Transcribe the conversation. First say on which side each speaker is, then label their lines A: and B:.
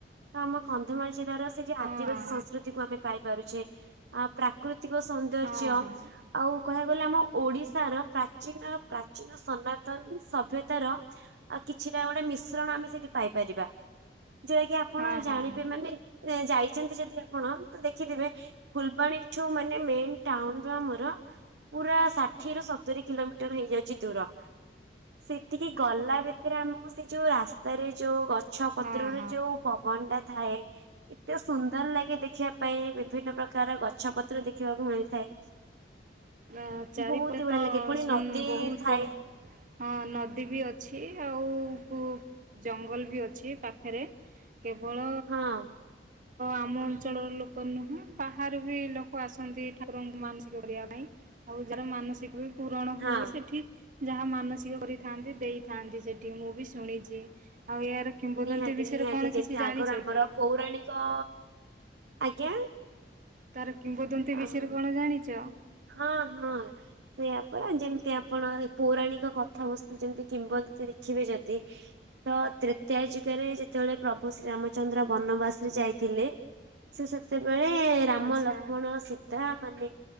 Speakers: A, on the right (about 75°); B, on the right (about 45°).
A: ତ ଆମ କନ୍ଧମାଳ ଜିଲ୍ଲାର ସେ ଯେ
B: ହଁ
A: ଆଦିବାସୀ
B: ହଁ
A: ସଂସ୍କୃତିକୁୁ ଆମେ ପାଇପାରୁଛେ। ଆ ପ୍ରାକୃତିକ ସୌନ୍ଦର୍ଯ୍ୟ
B: ହଁ
A: ଆଉ
B: ହଁ
A: କହିବାକୁ ଗଲେ ଆମ ଓଡିଶାର ପ୍ରାଚୀନ ପ୍ରାଚୀନ ସନାତନ ସଭ୍ୟତାର ଆଉ କିଛିଟା ଗୋଟେ ମିଶ୍ରଣ ଆମେ ସେଇଠି ପାଇପାରିବା ଯୋଉଟା କି ଆପଣ
B: ହଁ ହଁ
A: ଜାଣିବେ ମାନେ ଏ ଯାଇଚନ୍ତି ଯଦି ଆପଣ ତ ଦେଖିଥିବେ ଫୁଲବାଣୀଠୁ ମାନେ ମେନ୍ ଟାଉନ୍ ରୁ ଆମର ପୁରା ଷାଠିଏରୁ ସତୁୁରୀ କିଲୋମିଟର ହେଇଯାଉଚି ଦୂର। ସେତିକି ଗଲା ଭିତରେ ଆମକୁ ସେ ଯୋଉ ରାସ୍ତାରେ ଯୋଉ ଗ ଗଛ ପତ୍ରରେ
B: ହଁ ହଁ
A: ଯୋଉ ପବନ ଟା ଥାଏ ଏତେ ସୁ ନ୍ଦର ଲାଗେ ଦେଖିବା ପାଇଁ ବିଭିନ୍ନ ପ୍ରକାର ଗଛ ପତ୍ର ଦେଖିବାକୁ ମିଳିଥାଏ।
B: ନା ଚାରିପଟ
A: ବହୁତ ହି ବଢିଆ ଲାଗେ ପୁଣି
B: ସୁ
A: ନଦୀ
B: ବହୁତୁ
A: ଥାଏ
B: ହଁ ନଦୀ ବି ଅଛି ଆଉ ପୁ ଜଙ୍ଗଲ ବି ଅଛି ପାଖେରେ। କେବଳ
A: ହଁ।
B: ଆମ ଅଞ୍ଚଳର ଲୋକ ନୁହୁଁ ବାହାରୁ ବି ଲୋକ ଆସନ୍ତି ଠାକୁରଙ୍କୁ ମାନସିକ କରିବା ପାଇଁ। ଆଉ ଯାର ମାନସିକ ବି ପୁରଣ
A: ହଁ
B: ହୁଏ ସେଠି ଯାହା ମାନସିକ କରିଥାନ୍ତି ଦେଇଥାନ୍ତି ସେଠି ମୁଁ ବି ଶୁଣିଚି ଆଉ ଏହାର କିମ୍ବଦନ୍ତୀ
A: ନିହାତି
B: ବିଷୟରେ
A: ନିହାତି
B: କଣ
A: ଯେମିତି
B: କିଛି
A: ଆଗରୁ
B: ଜାଣିଛ
A: ଆମର
B: କି
A: ପୌରାଣିକ ଆଜ୍ଞା?
B: ତାର କିମ୍ବଦନ୍ତୀ
A: ଅଁ,
B: ବିଷୟରେ କଣ ଜାଣିଚ?
A: ହଁ ହଁ। ସେୟା ପରା ଯେମିତି ଆପଣ ଏ ପୌରାଣିକ କଥାବସ୍ତୁ ଯେମିତି କିମ୍ବଦନ୍ତୀ ଦେଖିବେ ଯଦି ତ ତ୍ରେତେୟା ଯୁଗରେ ଯେତେବେଳେ ପ୍ରଭୁ ଶ୍ରୀରାମଚନ୍ଦ୍ର ବନବାସରେ ଯାଇଥିଲେ। ସେ ସେତେବେଳେ ରାମ
B: ଆଚ୍ଛା
A: ଲକ୍ଷ୍ମଣ ସୀତା ମାନେ